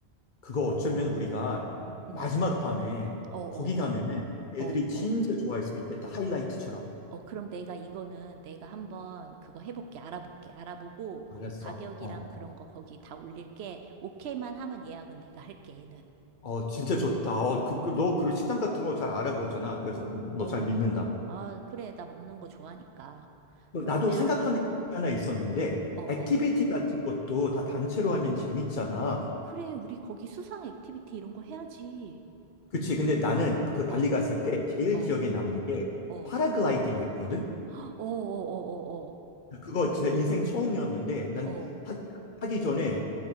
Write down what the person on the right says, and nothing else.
응,
응.
어, 어,
어,
어,
어.
어, 그럼 내가 이거는 내가 한번 그거 해볼게, 알아볼게, 알아보고
가격이랑
그런 거 거기 다 올릴게. 오케이만 하면 예약은 내가 할게, 얘는.
어,
아, 그래, 나 먹는 거 좋아하니까.
그러면,
어, 어.
그래, 우리 거기 수상 액티비티 이런 거 해야지.
어,
어,
어,
어,
어, 어, 어, 어,
어, 어, 어,